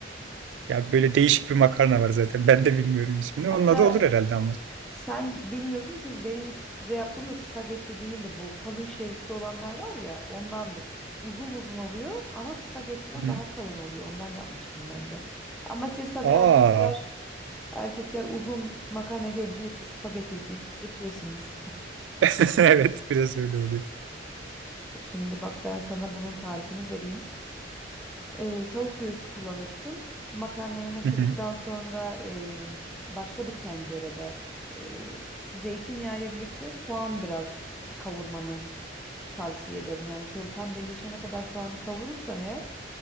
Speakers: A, on the right; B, in the centre.
A: Ya böyle değişik bir makarna var zaten. Ben de bilmiyorum ismini.
B: Hatta
A: Onun adı olur herhalde ama.
B: sen bilmiyorsun çünkü benim size yaptığım da spagetti değildi bu. Kalın şeritli olanlar var ya ondandı. Uzun uzun oluyor ama spagettiden
A: Hı
B: daha
A: hı.
B: kalın oluyor. Ondan yapmıştım ben de. Ama siz tabii erkekler
A: Aa.
B: erkekler uzun makarna görünce hepsi spagetti deyip geçiyorsunuz.
A: <laughs> Evet biraz öyle oluyor.
B: <laughs> Şimdi bak ben sana bunun tarifini vereyim. Ee, tavuk göğsü kullanırsın. Makarnayı haşladıktan
A: Hı hı.
B: sonra e, başka bir tencerede e, zeytinyağı ile birlikte soğan biraz kavurmanı tavsiye ederim. Yani şöyle pembeleşene kadar soğanı kavurursan eğer